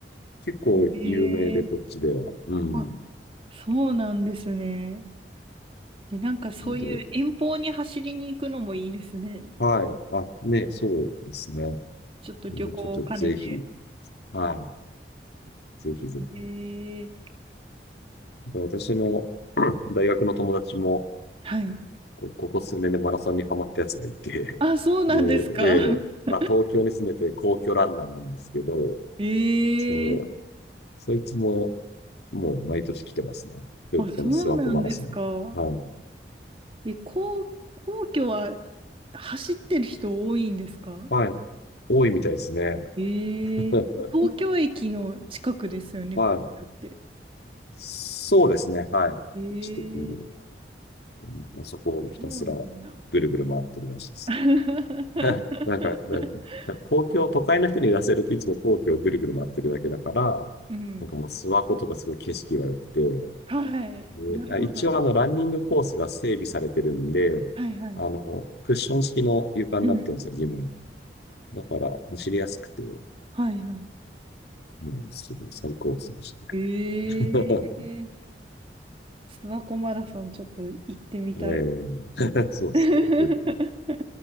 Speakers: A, on the left; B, on the right.
A: 結構有名で、
B: へえ。
A: こっちでは。うん。
B: あ、そうなんですね。え、なんかそういう遠方に走りに行くのもいいですね。
A: なんで、はい。あ、ね、そうですね。
B: ちょっと旅行を兼ねて。
A: もうちょっとぜひ、はい。ぜひぜひ。
B: へえ。
A: 私の <clears throat> 大学の友達も、
B: はい。
A: こ、ここ数年でマラソンにハマったやつがいて、
B: あ、そうなんですか。
A: <laughs> で、ええまあ東京に住んでて皇居ランナーなんですけど、
B: <laughs> ええ。
A: その、そいつももう毎年来てますね。でこのスワットマラソン。
B: あ、そうなんですか。
A: はい。
B: え、皇、皇居は走ってる人多いんですか
A: はい。多いみたいですね。
B: ええ。
A: <laughs>
B: 東京駅の近くですよね、
A: はい。
B: 皇居って。
A: そうですね。はい。
B: ええ、
A: 一時に、うんまあそこをひたすら
B: そうなんだ。
A: ぐるぐる回ってるらしいです。
B: <laughs>
A: <laughs> なんか、ななんか公共、都会の人に出せるといつも皇居をぐるぐる回ってるだけだから、
B: うん。
A: なんかもう諏訪湖とかすごい景色が良くて、
B: はい。
A: で、
B: なるほど。
A: あ一応あのランニングコースが整備されてるんで、
B: はいはい。
A: あの、クッション式の床になってるんですよ、
B: うん。
A: 自分。だから走りやすくて、
B: はいはい。
A: もうすごい最高っついましたね。
B: ええ
A: <laughs>
B: 諏訪湖マラソンちょっと行ってみたい。
A: えー <laughs> そうそうぜひ
B: <laughs> ちょっ